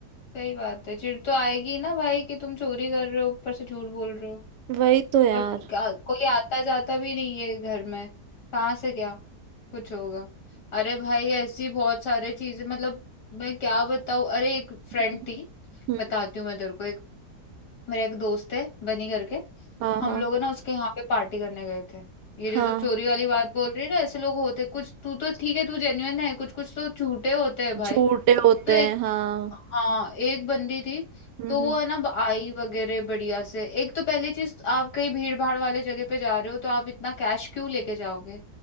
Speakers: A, on the left; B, on the right.
A: सही बात है चिढ़ तो आएगी ना भाई कि तुम चोरी कर रहे हो ऊपर से झूठ बोल रहे हो
B: वही तो यार
A: और क्या- कोई आता जाता भी नहीं है घर में कहाँ से क्या कुछ होगा अरे भाई ऐसी बहुत सारे चीजें मतलब मैं क्या बताऊँ अरे एक फ्रेंड
B: हम्म हम्म,
A: थी
B: हम्म,
A: बताती हूँ मैं तेरे को एक मेरा एक दोस्त है बनी करके
B: हाँ
A: हम
B: हाँ
A: लोग ना उसके यहाँ पे पार्टी करने गए थे ये जो
B: हाँ
A: तू चोरी वाली बात बोल रही है ना ऐसे लोग होते कुछ तू तो ठीक है तू जेन्युइन है कुछ कुछ तो झूठे होते हैं भाई
B: झूठे होते
A: तो
B: हैं हाँ
A: हाँ एक बंदी थी
B: हम्म
A: तो वो
B: हम्म
A: है ना ब- आई वगैरह बढ़िया से एक तो पहली चीज आप कहीं भीड़ भाड़ वाले जगह पे जा रहे हो तो आप इतना कैश क्यों लेके जाओगे